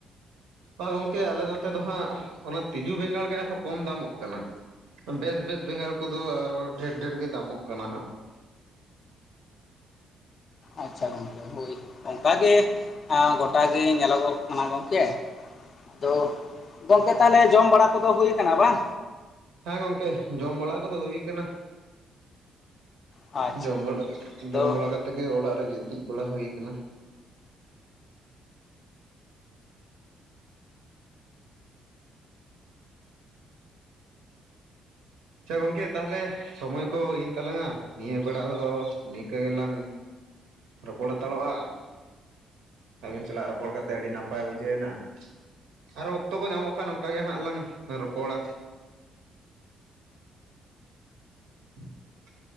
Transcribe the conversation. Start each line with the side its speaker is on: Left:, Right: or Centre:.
Right: ᱟᱨ ᱜᱚᱝᱠᱮ ᱟᱞᱮ ᱱᱚᱛᱮ ᱫᱚ ᱦᱟᱸᱜ ᱚᱱᱟ ᱛᱤᱡᱩ ᱵᱮᱸᱜᱟᱲ ᱜᱮ ᱟᱨᱦᱚᱸ ᱠᱚᱢ ᱫᱟᱢᱚᱜ ᱠᱟᱱᱟ ᱾ ᱵᱮᱥ ᱵᱮᱥ ᱵᱮᱸᱜᱟᱲ ᱠᱚᱫᱚ ᱟᱨᱚ ᱰᱷᱮᱨ ᱰᱷᱮᱨ ᱜᱮ ᱫᱟᱢᱚᱜ ᱠᱟᱱᱟ ᱦᱟᱸᱜ ᱾
Left: ᱟᱪᱪᱷᱟ ᱜᱚᱝᱠᱮ ᱦᱳᱭ ᱚᱱᱠᱟᱜᱮ ᱜᱚᱴᱟᱮ ᱧᱮᱞᱚᱜᱚᱜ ᱠᱟᱱᱟ ᱜᱚᱝᱠᱮ᱾ ᱟᱫᱚ ᱜᱚᱝᱠᱮ ᱛᱟᱦᱚᱞᱮ ᱡᱚᱢ ᱵᱟᱲᱟ ᱠᱚᱫᱚ ᱦᱩᱭᱟ ᱟᱠᱟᱱᱟ ᱵᱟᱝ?
Right: ᱦᱮᱸ ᱜᱚᱝᱠᱮ ᱡᱚᱢ ᱵᱟᱲᱟ ᱠᱚᱫᱚ ᱦᱩᱭ ᱠᱟᱱᱟ᱾
Left: ᱟᱪᱪᱷᱟ
Right: ᱡᱚᱢ ᱵᱟᱲᱟ
Left: ᱟᱫᱚ
Right: ᱡᱚᱢ ᱵᱟᱲᱟ ᱠᱟᱛᱮ ᱜᱮ ᱚᱲᱟᱜ ᱨᱮᱜᱮ ᱜᱤᱛᱤᱡ ᱵᱟᱲᱟ ᱦᱩᱭᱩ ᱟᱠᱟᱱᱟ᱾ ᱟᱪᱪᱷᱟ ᱜᱚᱝᱠᱮ ᱛᱟᱦᱚᱞᱮ ᱥᱚᱢᱚᱭ ᱠᱚ ᱮᱱ ᱛᱟᱞᱟᱝᱟ ᱱᱤᱭᱟᱹ ᱵᱮᱲᱟ ᱫᱚ ᱱᱤᱝᱠᱟᱹ ᱜᱮᱞᱟᱝ ᱨᱚᱯᱚᱲ ᱦᱟᱛᱟᱲᱚᱼᱟ᱾ ᱟᱹᱵᱤᱱ ᱥᱟᱞᱟᱜ ᱨᱚᱯᱚᱲ ᱠᱟᱛᱮᱫ ᱟᱹᱰᱤ ᱱᱟᱯᱟᱭ ᱵᱩᱡᱷᱟᱹᱣ ᱮᱱᱟ ᱾ ᱟᱨᱦᱚ ᱚᱠᱛᱚ ᱠᱚ ᱧᱟᱢᱚᱜ ᱠᱷᱟᱱ ᱚᱱᱠᱟ ᱜᱮ ᱦᱟᱸᱜ ᱞᱟᱝ ᱨᱚᱯᱚᱲᱟ᱾ <unintelligible>